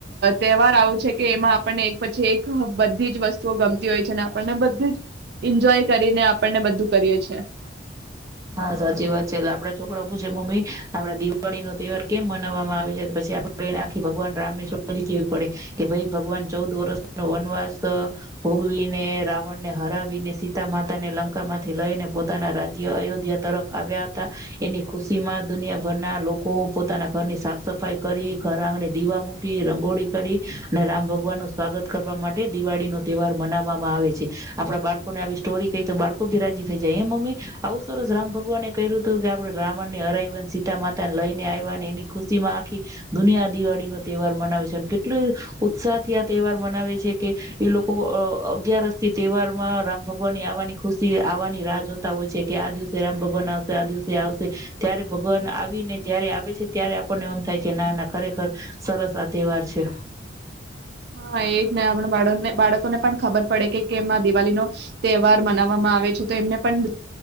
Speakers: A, on the right; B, on the right.
A: તહેવાર આવો છે કે એમાં. આપણને એક પછી એક બધી જ વસ્તુઓ ગમતી હોય છે અને આપણને બધું જ ઈન્જોય કરીને આપણને બધું કરીએ છે
B: હા સાચી વાત છે એટલે આપડા છોકરા પૂછે મમ્મી આપડા દિવાળી નો તહેવાર કેમ મનાવવામાં આવે છે પછી આપને એને આખી ભગવાન રામ ની સ્ટોરી કેવી પડે કે ભાઈ ભગવાન ચૌદ વર્ષ નો વનવાસ ભોગવીને રાવણ ને હરાવી. આવીને સીતા માતાને લંકા માંથી લઈને પોતે. ના રાજ્ય અયોધ્યા. તરફ આવ્યા હતા એની ખુશી માં દુનિયાભરના લોકો પોતાના ઘરની સાફ સફાઈ કરી ઘર આંગણે દીવા મૂકી રંગોળી કરી અને રામ ભગવાન નું સ્વાગત કરવા માટે દિવાળી નો તહેવાર મનાવવામાં આવે છે આપડા બાળકોને આવી સ્ટોરી કહી તો બાળકો ભી રાજી થઈ જાય હે મમ્મી આવું સરસ રામ ભગવાને કર્યું હતું કે આપડે રાવણ ને હરાઈવાને સીતા માતા ને લઈને આવવા અને એની ખુશી માં આખી દુનિયા દિવાળી નો તહેવાર મનાવે છે કેટલુ ઉત્સાહ થી આ તહેવાર મનાવે છે કે એ લોકો અગિયારસ થી તહેવાર માં રામ ભગવાનની આવવાની ખુશી આવવાની રાહ જોતા હોય છે. કે આ દિવસે રામ ભગવાન આવશે આ દિવસે આવશે ત્યારે ભગવાન આવીને જયારે આવે છે ત્યારે આપણને એમ થાય કે ના ના ખરેખર સરસ આ તહેવાર છે.
A: હા એ જ ને આપણા બાળકને બાળકોને પણ ખબર પડે કે કેમ આ દિવાળીનો તહેવાર મનાવવામાં આવે છે તો એમને પણ